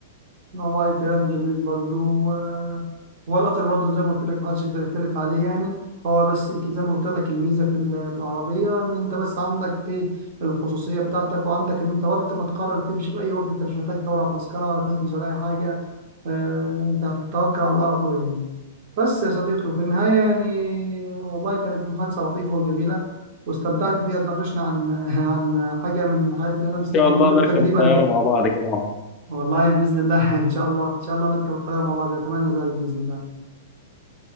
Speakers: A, on the right; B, on the left.
A: والله كلام جميل برضو آه، هو القطر برضو زي ما قلت لك محدش يقدر يختلف عليه يعني هو بس يمكن زي ما قلت لك الميزة في ال- في العربية إن أنت بس عندك إيه الخصوصية بتاعتك وعندك إن أنت وقت ما تقرر تمشي في أي وقت أنت مش محتاج تدور على تذكرة ولا تحجز ولا أي حاجة آه، أنت هتتوكل على الله على طول يعني بس يا صديقي وفي النهاية يعني والله كانت محادثة لطيفة وجميلة واستمتعت فيها اتناقشنا عن <laughs> عن حاجة من الحاجات اللي احنا بنستخدمها
B: ان شاء الله
A: كل يوم
B: نركب
A: تقريبا
B: الطياره مع بعض كده مع بعض
A: والله باذن الله <laughs> ان شاء الله ان شاء الله نركب الطياره مع بعض اتمنى ذلك باذن الله